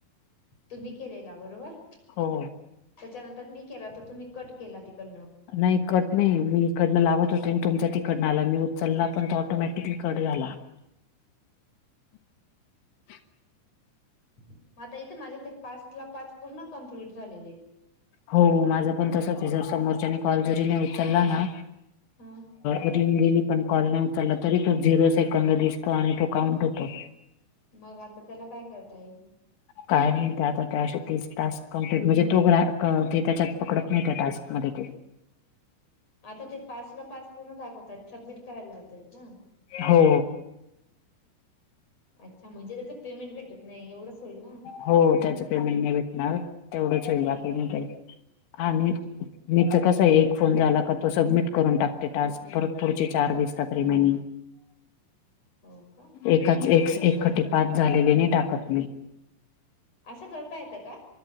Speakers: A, on the left (about 30°); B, on the left (about 75°).
A: तुम्ही केलेला बरोबर?
B: हो!
A: त्याच्यानंतर मी केला तर तुम्ही कट केला तिकडनं.
B: नाही कट नाही मी इकडनं लावत होते आणि तुमच्या तिकडनं आला मी उचलला पण तो ऑटोमॅटिकली कट झाला. <inaudible>
A: मग आता इथं माझ्या ते पाच ला पाच पूर्ण कम्प्लीट झालेले आहेत.
B: हो माझं पण तसच आहे जर समोरच्या कॉल जरी नाही उचलला ना
A: हा
B: रिंग गेली, पण कॉल नाही उचलला तरी तो झिरो सेकंद दिसतो आणि तो काउंट होतो.
A: मग आता त्याला काय कळता येईल?
B: काय नाही ते आता त्याशी तीस तास्क कमप्लीट म्हणजे तो ग्रा ते त्याच्यात पकडत नाहीत्या टास्कमध्ये ते
A: आता ते पाच ला पाच पूर्ण दाखवतयत सबमिट करायला लावतात ना
B: हो
A: अच्छा म्हणजे त्याचं पेमेंट भेटत नाही एवढंच होईल ना
B: हो त्याच पे मी नाही भेटणार तेवढंच होईल बा आपे मी काही आणि
A: अच्छा अच्छा.
B: मीच कसं आहे एक फोन झाला का तो सबमिट करून टाकते टास्क परत पुढचे चार दिसतात रिमाइडिंग
A: हो का
B: एकाच एस एक
A: तस
B: कटी पाच झालेलीने टाकत नाही
A: असं करता येतं का